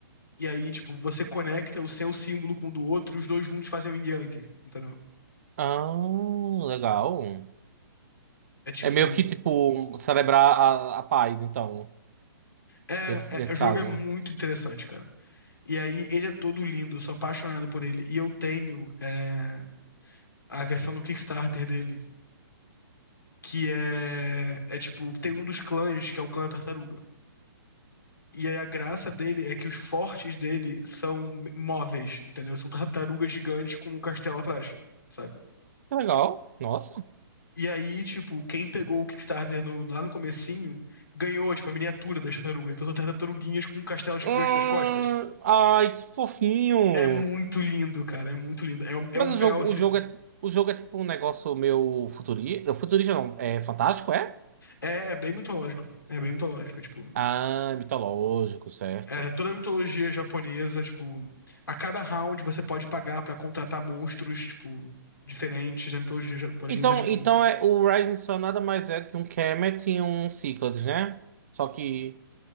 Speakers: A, on the left; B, on the right.
A: E aí, tipo, você conecta o seu símbolo com o do outro e os dois juntos fazem o yin yang, entendeu?
B: Ah, legal.
A: É tipo,
B: É meio que, tipo, celebrar a, a paz, então,
A: é,
B: nesse, nesse
A: é, o jogo
B: caso.
A: é muito interessante, cara. E aí ele é todo lindo, eu sou apaixonado por ele. E eu tenho é, a versão do Kickstarter dele, que é, é tipo, tem um dos clãs que é o clã tartaruga. E aí a graça dele é que os fortes dele são móveis, entendeu? São tartarugas gigantes com um castelo atrás, sabe?
B: Que legal. Nossa.
A: E aí, tipo, quem pegou o Kickstarter no- lá no comecinho ganhou, tipo, a miniatura das tartarugas. Então são tartaruguinhas com um castelo gigante
B: Hum,
A: nas costas.
B: ai, que fofinho.
A: É muito lindo, cara. É muito lindo. É um, é
B: Mas
A: um,
B: o jogo,
A: é, um, assim,
B: o jogo é, ti- o jogo é tipo um negócio meio futurista. Futurista não, é fantástico, é?
A: é é bem mitológico. É bem mitológico, é, tipo.
B: Ah, mitológico, certo.
A: É, toda a mitologia japonesa, tipo, a cada round você pode pagar pra contratar monstros, tipo, diferentes da mitologia japonesa,
B: Então,
A: tipo.
B: então é, o Rising Sun nada mais é do que um Kemet e um Cyclades, né? Só que.